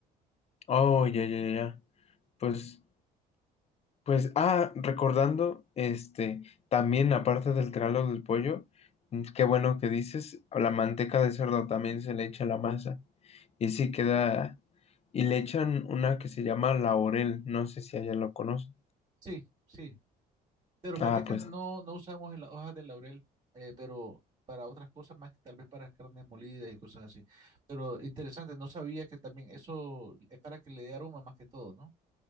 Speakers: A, on the left (about 40°); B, on the right (about 30°).
A: Oh, ya, ya, ya. ya. Pues, pues, ah, recordando, este, también aparte del tralo del pollo, mm, qué bueno que dices, la manteca de cerdo también se le echa a la masa. Y sí queda, y le echan una que se llama laurel, no sé si allá lo conocen.
B: Sí, sí. Pero fíjate
A: Ah,
B: que
A: pues
B: no, no usamos en las hojas de laurel, eh, pero para otras cosas más, tal vez para carnes molidas y cosas así. Pero interesante, no sabía que también eso es para que le dé aroma más que todo, ¿no?